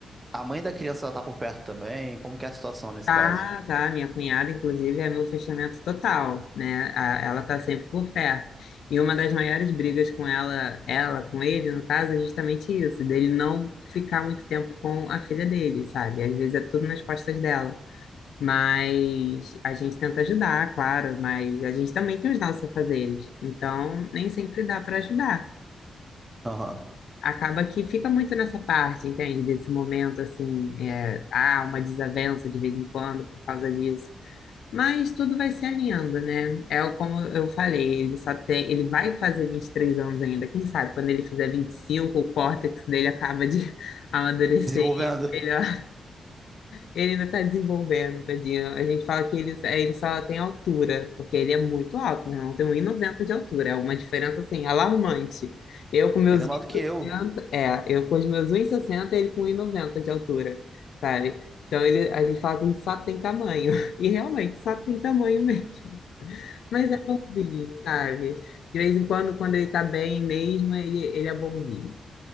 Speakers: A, on the right; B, on the left.
A: A mãe da criança ela tá por perto também. Como que é a situação nesse
B: Tá,
A: caso?
B: tá. Minha cunhada, inclusive, é meu fechamento total, né? A- Ela tá sempre por perto. E uma das maiores brigas com ela, ela com ele, no caso, é justamente isso, dele não ficar muito tempo com a filha dele, sabe? Às vezes é tudo nas costas dela. Mas a gente tenta ajudar, claro, mas a gente também tem os nossos afazeres. Então, nem sempre dá para ajudar.
A: Aham.
B: Acaba que fica muito nessa parte, entende? Desse momento, assim, é, há uma desavença de vez em quando por causa disso. Mas tudo vai se alinhando, né? É o- como eu falei, ele só tem, ele vai fazer 23 anos ainda. Quem sabe quando ele fizer 25 o córtex dele acaba de <laughs> amadurecer.
A: Desenvolvendo.
B: melhor. Ele ainda está desenvolvendo, tadinho. A gente fala que ele, ele só tem altura, porque ele é muito alto, meu irmão. Tem um 1,90 de altura. É uma diferença, assim, alarmante. Eu com meus
A: Ainda mais do que eu.
B: 1,60, é, eu com os meus 1,60, ele com 1,90 de altura, sabe? Então ele, a gente fala que ele só tem tamanho. <laughs> E realmente, só tem tamanho mesmo. Mas é bonzinho, sabe? De vez em quando, quando ele tá bem mesmo, ele, ele é bonzinho.